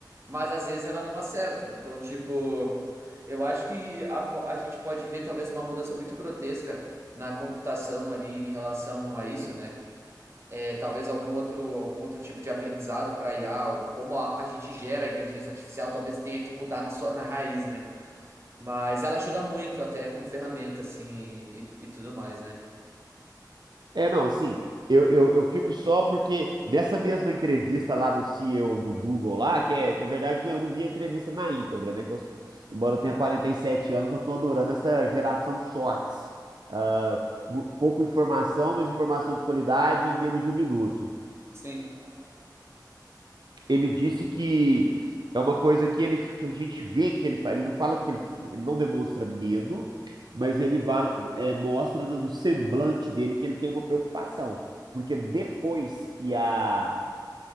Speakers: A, on the right; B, on the right.
A: Mas às vezes ela não acerta. Então, tipo, eu acho que a, fo- a gente pode ver talvez uma mudança muito grotesca na computação ali em relação a isso, né? É, talvez algum outro, algum outro tipo de aprendizado para IA, como a, a gente gera a inteligência artificial, talvez tenha que mudar na sua, na raiz, né? Mas ela ajuda muito até como ferramenta, assim, e, e tudo mais, né?
B: É, não, assim, eu, eu, eu fico só porque nessa mesma entrevista lá do CEO do Google lá, que é, na verdade, não, eu não vi a entrevista na íntegra, né? Que eu, embora eu tenha 47 anos, eu tô adorando essa geração shorts. Ah, mu- pouco informação, mas informação de qualidade em menos de um minuto.
A: Sim,
B: Ele disse que é uma coisa que ele que a gente vê que ele faz. Ele não fala que ele, ele não demonstra medo, mas ele va- é, mostra no semblante dele que ele tem uma preocupação, porque depois que a